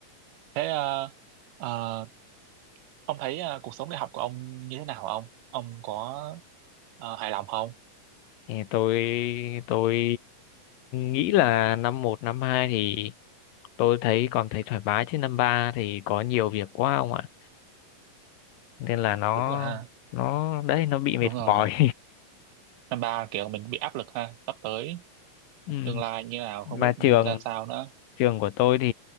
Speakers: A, on the right; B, on the left.
A: thế ờ, ờ, ông thấy ờ, cuộc sống đại học của ông như thế nào hả ông ông có ờ, hài lòng không
B: thì tôi tôi nghĩ là năm một năm hai thì tôi thấy còn thấy thoải mái chứ năm ba thì có nhiều việc quá ông ạ nên là nó
A: đúng rồi ha
B: nó đấy nó bị mệt
A: đúng rồi
B: mỏi
A: năm ba kiểu mình bị áp lực ha sắp tới
B: <laughs> ừ.
A: tương lai như nào
B: mà
A: không biết
B: trường
A: ra sao nữa
B: Trường của tôi thì